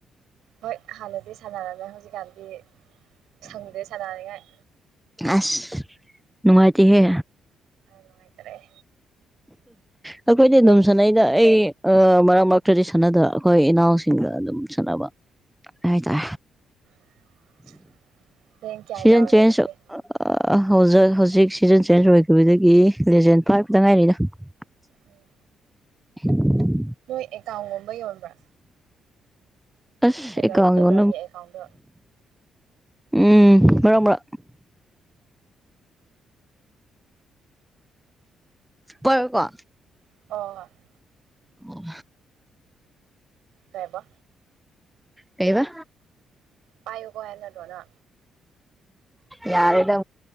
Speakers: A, on the right; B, in the centre.
A: ꯍꯣꯏ ꯍꯥꯟꯅꯗꯤ ꯁꯥꯟꯅꯔꯝꯃꯦ ꯍꯧꯖꯤꯛꯀꯥꯟꯗꯤ ꯁꯪꯗꯦ ꯁꯥꯟꯅꯔꯤꯉꯥꯏ
B: ꯑꯁ ꯅꯨꯡꯉꯥꯏꯇꯍꯦ
A: ꯅꯨꯡꯉꯥꯏꯇꯔꯛꯑꯦ
B: ꯑꯩꯈꯣꯏꯗꯤ ꯑꯗꯨꯝ
A: ꯔꯦꯡ
B: ꯁꯥꯟꯅꯩꯗ ꯑꯩ ꯑ ꯃꯔꯛ ꯃꯔꯛꯇꯗꯤ ꯁꯥꯟꯅꯗꯕ ꯑꯩꯈꯣꯏ ꯏꯅꯥꯎꯁꯤꯡꯒ ꯑꯗꯨꯝ ꯁꯥꯟꯅꯕ ꯍ ꯇ
A: <unintelligible> <inaudible> ꯀꯌꯥ
B: ꯁꯤꯖꯟ
A: ꯌꯧꯔꯒꯦ
B: ꯆꯦꯟꯖ
A: ꯑꯗꯨꯗꯤ
B: ꯑ ꯍꯧꯖꯤꯛ ꯍꯧꯖꯤꯛ ꯁꯤꯖꯟ ꯆꯦꯟꯖ ꯑꯣꯏꯈꯤꯕꯗꯒꯤ ꯂꯦꯖꯦꯟ ꯐꯥꯏꯚꯇ ꯉꯥꯏꯔꯤꯗ ꯎ <unintelligible>
A: ꯎꯝ
B: <inaudible>
A: ꯅꯣꯏ ꯑꯦꯀꯥꯎꯟꯒꯨꯝꯕ ꯌꯣꯟꯕ꯭ꯔꯥ
B: ꯑꯁ
A: ꯑꯦꯝ
B: ꯑꯦꯀꯅ
A: ꯑꯦꯜ ꯑꯦꯝ ꯑꯦꯜꯒꯤ ꯑꯦꯀꯥꯎꯟꯗꯣ
B: ꯎꯝ ꯃꯔꯕ꯭ꯔ ꯄꯨꯔꯀꯣ
A: ꯍ <unintelligible> <inaudible>
B: ꯑꯣ
A: ꯇꯥꯏꯕ
B: ꯀꯩꯗ
A: ꯄꯑꯣ ꯀꯣ ꯍꯦꯜꯅꯦꯠ ꯍꯅ
B: ꯌꯥꯔꯦꯗ